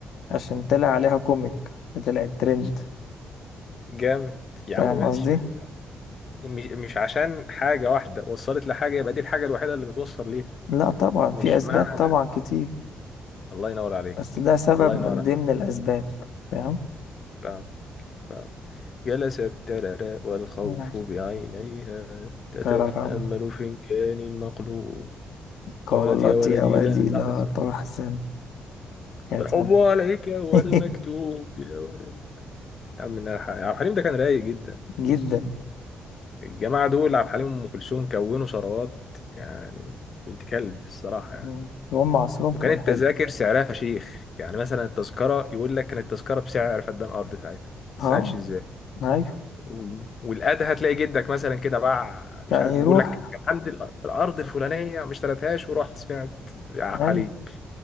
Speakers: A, on the left (about 75°); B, on the left (about 35°).
A: عشان طلع عليها كوميك وطلعت ترند
B: جامد يا
A: فاهم
B: عم ماشي
A: قصدي؟
B: مش مش عشان حاجة واحدة وصلت لحاجة يبقى دي الحاجة الوحيدة اللي بتوصل ليها
A: لا طبعا في
B: مش
A: أسباب
B: معنى
A: طبعا كتير
B: الله ينور عليك
A: بس ده سبب
B: الله ينور
A: من
B: عليك
A: ضمن الأسباب فاهم؟
B: آه. نعم. جلست الترى والخوف
A: أيوة.
B: بعينيها تتأمل
A: قرارا
B: فنجان المقلوب
A: قالت
B: قالت يا ولدي
A: يا ودي
B: لا
A: لا
B: تحزن
A: تحزن يعني
B: فالحب
A: طبعا
B: عليك هو
A: <laughs>
B: المكتوب يا ولدي يا عم إنها ح- عبد الحليم ده كان رايق جدا
A: جدا
B: الجماعة دول عبد الحليم وأم كلثوم كونوا ثروات يعني بنت كلب الصراحة يعني
A: مم. وهم عصرهم كان
B: وكانت
A: حلو
B: التذاكر سعرها فشيخ يعني مثلا التذكرة يقول لك كانت التذكرة بسعر فدان أرض ساعتها تسألش
A: اه
B: ازاي
A: ايوه
B: و- والقاده هتلاقي جدك مثلا كده باع مش
A: يعني
B: عارف
A: يروح
B: بيقول لك كان عندي الأ- الارض الفلانيه ما اشتريتهاش ورحت سمعت عليك
A: ايوه